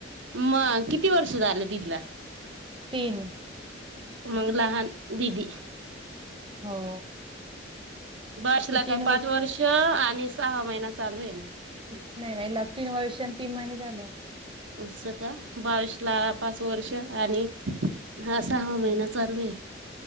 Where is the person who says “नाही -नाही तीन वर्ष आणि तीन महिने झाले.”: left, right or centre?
Right